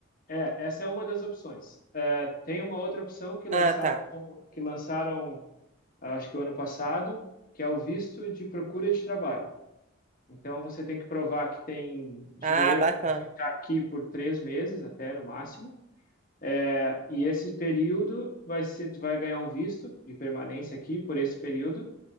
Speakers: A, on the left; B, on the right.
A: é, essa é uma das opções. É, tem uma outra opção que lançaram,
B: Ah, tá.
A: que lançaram, acho que o ano passado, que é o visto de procura de trabalho. Então você tem que provar que tem dinheiro
B: Ah, bacana.
A: para ficar aqui por três meses, até no máximo É, E esse período vai ser, tu vai ganhar um visto de permanência aqui por esse período,